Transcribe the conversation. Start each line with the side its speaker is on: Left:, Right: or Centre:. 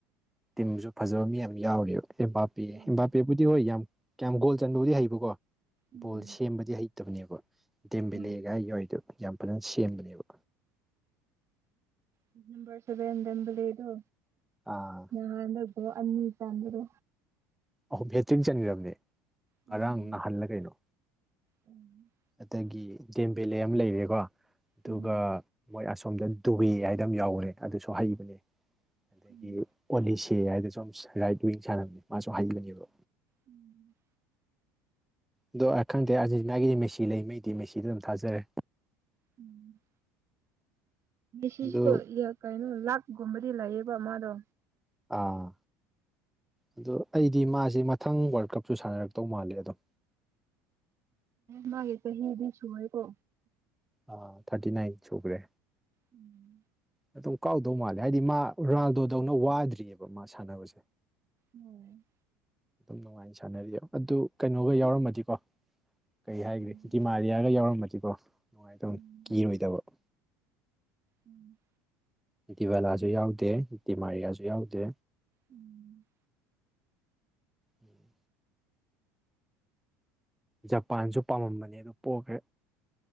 Centre: ꯇꯤꯝꯁꯨ ꯐꯖꯕ ꯃꯤ ꯌꯥꯝ ꯌꯥꯎꯋꯦꯕ ꯏꯝꯕꯥꯄꯤ
Right: ꯍꯣꯏ
Centre: ꯏꯝꯕꯥꯄꯤ ꯕꯨꯗꯤ ꯍꯣꯏ ꯌꯥꯝ ꯀꯌꯥꯝ ꯒꯣꯜ ꯆꯟꯕꯕꯨꯗꯤ ꯍꯩꯕꯀꯣ
Right: ꯎꯝ
Centre: ꯕꯣꯜ ꯁꯦꯝꯕꯗꯤ ꯍꯩꯇꯕꯅꯦꯕ ꯗꯤꯝꯕꯤꯂꯦꯒꯥꯏ
Right: ꯍꯣꯏ
Centre: ꯌꯏꯗꯣ ꯌꯥꯝ ꯐꯖꯅ ꯁꯦꯝꯕꯅꯦꯕ
Right: ꯍ ꯅꯝꯕꯔ ꯁꯕꯦꯟꯝꯕ ꯂꯩꯣ
Centre: ꯑꯥ
Right: ꯅꯗꯒꯣ ꯑꯅꯤ ꯆꯗꯣ
Centre: ꯑꯍꯨꯝ ꯍꯦꯇ꯭ꯔꯤꯛ ꯆꯟꯈ꯭ꯔꯕꯅꯦ
Right: ꯎꯝ
Centre: ꯉꯔꯥꯡ ꯅꯅꯥꯍꯜꯂ ꯀꯩꯅꯣ
Right: ꯎꯝ
Centre: ꯑꯗꯒꯤ ꯗꯦꯝ ꯕꯦꯂꯦ ꯑꯃ ꯂꯩꯔꯦꯀꯣ ꯑꯗꯨꯒ
Right: ꯎꯝ
Centre: ꯃꯣꯏ ꯑꯁꯣꯝꯗ ꯗꯨꯏ ꯍꯥꯏꯗꯝ ꯌꯥꯎꯈ꯭ꯔꯦ ꯑꯗꯨꯁꯨ ꯍꯩꯕꯅꯦ ꯑꯗꯒꯤ
Right: ꯎꯝ
Centre: ꯑꯣꯂꯤꯁꯦ ꯍꯥꯏꯗꯁꯨ ꯔꯥꯏꯠ ꯋꯤꯡ ꯁꯥꯟꯅꯕꯅꯦ ꯃꯥꯁꯨ ꯍꯥꯏꯩꯕꯅꯦꯕ
Right: ꯎꯝ
Centre: ꯑꯗꯣ ꯑꯩ ꯈꯪꯗꯦ ꯑꯟꯖꯤ ꯃꯥꯒꯤꯗꯤ ꯃꯦꯁꯤ ꯂꯩ ꯃꯩꯗꯤ ꯃꯦꯁꯤꯗ ꯑꯗꯨꯝ ꯊꯥꯖꯔꯦ
Right: ꯎꯝ ꯁꯤꯁꯨ
Centre: ꯑꯗꯣ
Right: ꯀꯩꯅꯣ ꯂꯥꯛꯀꯨꯝꯕꯗꯤ ꯂꯩꯌꯦꯕ ꯃꯥꯗꯣ
Centre: ꯑꯥ ꯑꯗꯨꯣ ꯑꯩꯗꯤ ꯃꯥꯁꯦ ꯃꯊꯪ ꯋꯥꯔꯜ ꯀꯞꯁꯨ ꯁꯥꯟꯅꯔꯛꯇꯧ ꯃꯥꯜꯂꯦ ꯑꯗꯝ
Right: ꯃꯥꯒꯤ ꯆꯍꯤꯗꯤ ꯁꯨ ꯍꯥꯏꯥꯏꯀꯣ
Centre: ꯑ ꯊꯥꯔꯇꯤ ꯅꯥꯏꯟ ꯆꯨꯈ꯭ꯔꯦ
Right: ꯎꯝ
Centre: ꯑꯗꯨꯝ ꯀꯥꯎꯗꯧ ꯃꯥꯂꯦ ꯍꯥꯏꯗꯤ ꯃꯥ ꯔꯣꯅꯥꯜꯗꯣꯗꯧꯅ ꯋꯥꯗ꯭ꯔꯤꯑꯕ ꯃꯥ ꯁꯥꯟꯅꯕꯁꯦ
Right: ꯎꯝ
Centre: ꯑꯗꯨꯝ ꯅꯨꯡꯉꯥꯏꯅ ꯁꯥꯟꯅꯔꯤ ꯑꯗꯨ ꯀꯩꯅꯣꯒ ꯌꯥꯎꯔꯝꯃꯗꯤꯀꯣ ꯀꯩ
Right: ꯎꯝ
Centre: ꯍꯥꯏꯒ꯭ꯔꯦ ꯗꯤꯃꯥꯂꯤꯌꯥꯂꯤꯌꯥꯒ ꯌꯥꯎꯔꯃꯗꯤꯀꯣ ꯅꯨꯡꯉꯥꯏꯅ ꯇꯧꯅꯤ
Right: ꯎꯝ
Centre: ꯀꯤꯔꯣꯏꯗꯕ
Right: ꯎꯝ
Centre: ꯟꯇꯤꯚꯦꯂꯥꯁꯨ ꯌꯥꯎꯗꯦꯇꯗꯤꯃꯥꯔꯤꯌꯥꯁꯨ ꯌꯥꯎꯗꯦ
Right: ꯎꯝ
Centre: ꯎꯝ ꯖꯄꯥꯟꯁꯨ ꯄꯥꯝꯃꯝꯕꯅꯦ ꯑꯗꯨ ꯄꯣꯛꯈ꯭ꯔꯦ